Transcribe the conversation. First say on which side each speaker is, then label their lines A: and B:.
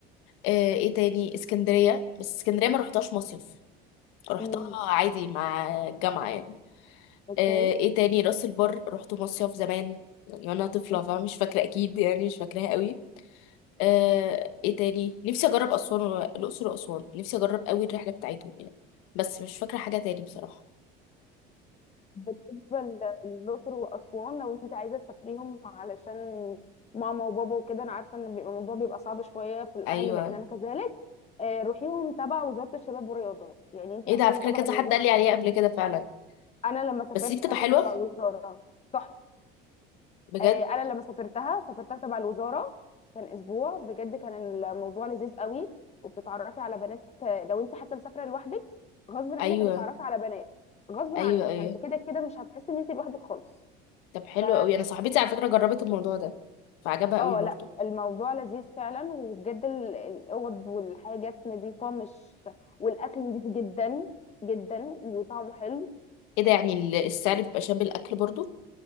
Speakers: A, on the left (about 80°); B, on the left (about 30°).
A: آه، ايه تاني اسكندرية بس اسكندرية ما رحتهاش مصيف رحتها
B: مم،
A: عادي مع الجامعة يعني
B: اوكي
A: آه، ايه تاني راس البر رحت مصيف زمان يعني وانا طفلة
B: مم.
A: فمش فاكرة اكيد يعني مش فاكراها قوي. آه، ايه تاني نفسي اجرب اسوان و- الاقصر واسوان نفسي اجرب قوي الرحله بتاعتهم يعني بس مش فاكره حاجه تاني بصراحه
B: بالنسبه ل- للاقصر واسوان لو انت عايزه تسافريهم علشان ماما وبابا وكده انا عارفه ان بيبقى الموضوع بيبقى صعب شويه في الاهل
A: ايوه
B: لان انا كذلك آه، روحيهم تبع وزاره الشباب والرياضه يعني انت
A: ايه
B: هتكوني
A: ده على فكره
B: تبع
A: كذا
B: الوزاره
A: حد قال لي عليها
B: صح
A: قبل كده فعلا
B: انا لما سافرت
A: بس دي بتبقى
B: سافرت
A: حلوه
B: تبع الوزاره تحفه
A: بجد
B: آه، انا لما سافرتها سافرتها تبع الوزاره كان اسبوع بجد كان الموضوع لذيذ قوي وبتتعرفي على بنات آه، لو انت حتى مسافره لوحدك غصب عنك
A: ايوه
B: هتتعرفي على بنات غصب عنك
A: ايوه ايوه
B: فانت كده كده مش هتحسي ان انت لوحدك خالص
A: طب حلو
B: ف
A: قوي انا صاحبتي على فكره جربت الموضوع ده فعجبها
B: اه
A: قوي برضو
B: لا الموضوع لذيذ فعلا وبجد ال- الاوض والحاجات نظيفه مش والاكل نظيف جدا جدا وطعمه حلو
A: ايه ده يعني ال- السعر بيبقى شامل الاكل برضو